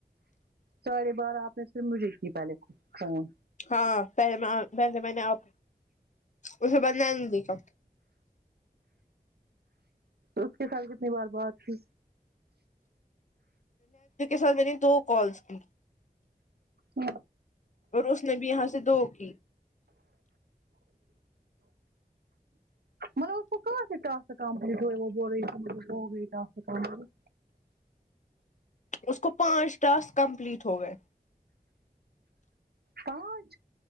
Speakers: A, on the right; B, on the left.
A: ساڑھے بارہ آپ نے پھر مجھے کی پہلے فون
B: ہاں پہلے میں آ پہلے میں نے آپ اسے بعد میں نے نہیں دیکھا
A: اس کے ساتھ کتنے بار بات کی
B: کے ساتھ میں نے دو کالس کی <unintelligible>
A: ہاں
B: اور اس نے بھی یہاں سے دو کی
A: بلا اس کو کہاں سے ٹاس کمپلیٹ ہوئے وہ بول رہی تھی مجھے وہ بہت کمپلیٹ
B: اس کو پانچ ٹاسک کمپلیٹ ہو گئے
A: پانچ